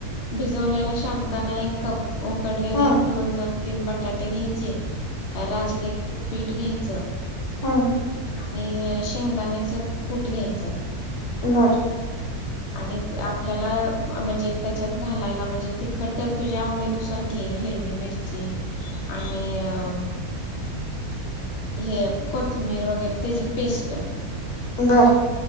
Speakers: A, on the left (about 55°); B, on the left (about 80°).
A: भिजवलेला शाबुदाणा एक कप उकडलेले
B: हम्म
A: एक दोन तीन बटाटे घ्यायचे राजगि <unintelligible> पीठ घ्यायचं
B: हं
A: आणि शेंगदाण्याचं कूट घ्यायचं.
B: बरं
A: आणि क आप आपल्याला म्हणजे त्याच्यात घालायला म्हणजे तिखट तुझ्या आवडीनुसार घे हिरवी मिरची आणि अअ हे कोथंमीर वगैरे त्याजी पेस्ट
B: बरं